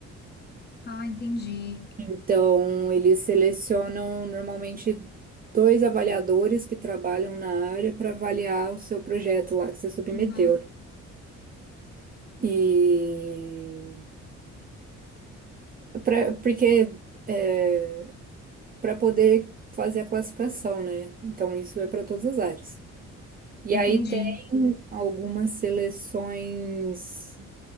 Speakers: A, on the left; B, on the right.
A: Ah, entendi.
B: Então, eles selecionam normalmente dois avaliadores que trabalham na área para avaliar o seu projeto lá que você submeteu.
A: Uhum,
B: né? E pra- porque é, para poder fazer a classificação, né? Então, isso é para todas as áreas. E
A: entendi.
B: aí tem algumas seleções